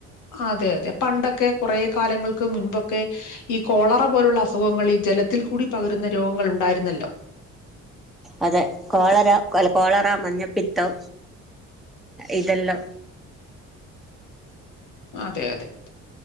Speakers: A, on the left; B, in the centre.
A: അതെ അതെ പണ്ടൊക്കെ കുറ കാലങ്ങൾക്ക് മുൻപൊക്കെ ഈ കോളറ പോലുള്ള അസുഖങ്ങൾ ഈ ജലത്തിൽ കൂടി പകരുന്ന രോഗങ്ങൾ ഉണ്ടായിരുന്നല്ലോ
B: അതെ കോളര അല്ല കോളറ മഞ്ഞപ്പിത്തം ഇതെല്ലാം
A: അതെ അതെ